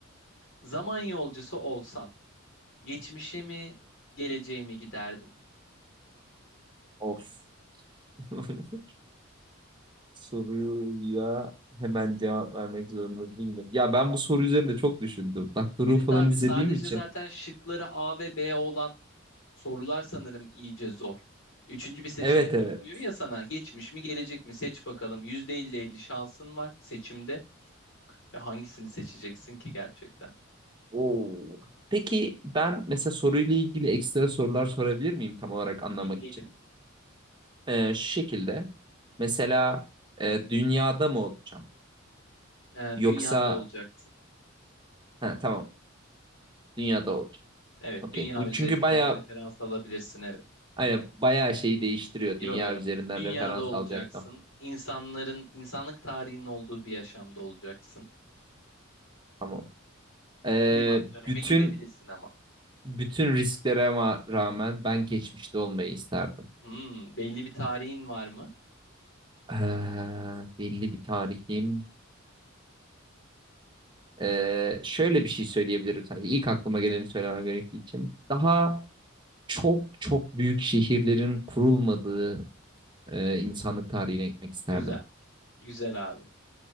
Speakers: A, on the left; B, on the right.
A: Zaman yolcusu olsan geçmişe mi geleceğe mi giderdin?
B: Of. <laughs> Soruya hemen cevap vermek zorunda değilim. Ya ben bu soru üzerinde çok düşündüm. Doctor
A: Evet
B: Who falan
A: abi
B: izlediğim
A: sadece
B: için.
A: zaten şıkları A ve B olan Sorular sanırım iyice zor. Üçüncü bir seçenek
B: Evet evet.
A: sunmuyor ya sana. Geçmiş mi, gelecek mi? Seç bakalım. yüzde elli elli şansın var seçimde. Ve hangisini seçeceksin ki gerçekten?
B: Oo. Peki ben mesela soruyla ilgili ekstra sorular sorabilir miyim tam olarak anlamak
A: Deneyelim.
B: için? Ee, şu şekilde mesela e, dünyada mı olacağım?
A: Ee,
B: Yoksa
A: dünyada olacaksın.
B: ha, tamam dünyada olacağım.
A: Evet,
B: Okey.
A: dünya
B: Bu
A: üzerinden
B: çünkü bayağı
A: referans alabilirsin. Evet.
B: hani bayağı şeyi değiştiriyor
A: Yo
B: dünya
A: yo.
B: üzerinden
A: Dünyada
B: referans
A: olacaksın.
B: alacaksam.
A: İnsanların, insanlık tarihinin olduğu bir yaşamda olacaksın.
B: Tamam. Ee,
A: Primat döneme
B: bütün
A: gidebilirsin ama.
B: bütün risklere ma- rağmen ben geçmişte olmayı isterdim.
A: Hmm, belli bir tarihin var mı?
B: Ee, belli bir tarihim Ee, şöyle bir şey söyleyebilirim sadece. İlk aklıma geleni söylemem gerektiği için. Daha çok çok büyük şehirlerin kurulmadığı e, insanlık tarihine gitmek isterdim.
A: Güzel. Güzel abi.